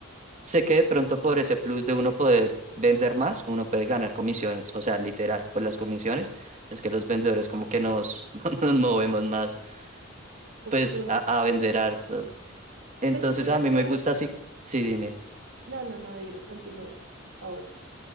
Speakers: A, on the right; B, on the right.
A: sé que de pronto por ese plus de uno poder vender más, uno puede ganar comisiones, o sea, literal, por las comisiones es que los vendedores como que nos, <laughs> nos movemos más.
B: ok.
A: pues a, a vender harto. Entonces
B: Pues mira
A: a mí
B: que...
A: me gusta así, sí, dime.
B: No, no, no, dime, continúa, por favor.